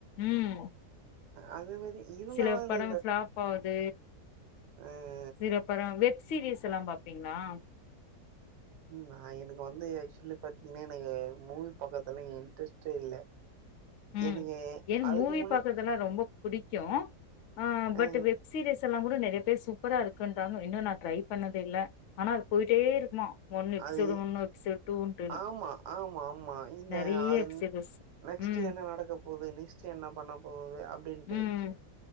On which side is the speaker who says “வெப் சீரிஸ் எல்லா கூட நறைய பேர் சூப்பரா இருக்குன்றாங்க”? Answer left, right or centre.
Left